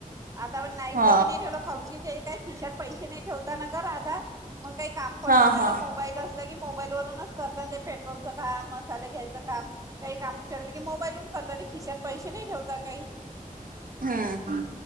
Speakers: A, on the right (about 25°); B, on the right (about 75°).
A: आता आपण नाईटले
B: हा
A: बी नाही ठेवलं खा. ते काय खिशात पैसे नाही ठेवताना ग राधा. मग काही काम पडलं
B: हा
A: ना
B: हा
A: तर मोबाईलच. की मोबाईल वूनच करत ते पेट्रोलचं काम मसाले घ्यायचं काम. काही काम केलं की मोबाईलून. तरी खिशत पैसे नाही ठेवता काही.
B: हम ह.